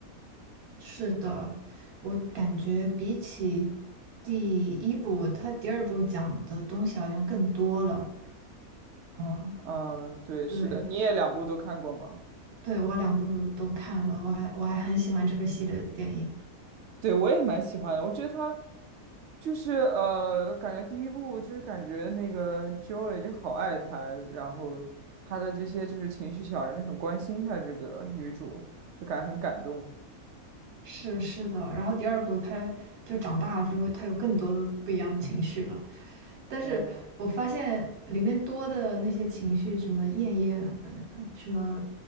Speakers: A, on the right; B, on the right.
A: 是的，我感觉比起第一部，它第二部讲的东西好像更多了。哦，
B: 嗯，对，
A: 对，
B: 是的，你也两部都看过吗？
A: 对，我两部都看了，我还我还很喜欢这个系列的电影。
B: 对，我也蛮喜欢的，我觉得她就是呃，感觉第一部就是感觉那个 Joy 就好爱她，然后她的这些就是情绪小人就很关心她这个女主，就感觉很感动。
A: 是是的，然后第二部他就长大了之后，他有更多不一样的情绪了。但是我发现里面多的那些情绪，
B: 嗯，
A: 什么厌厌，呃什么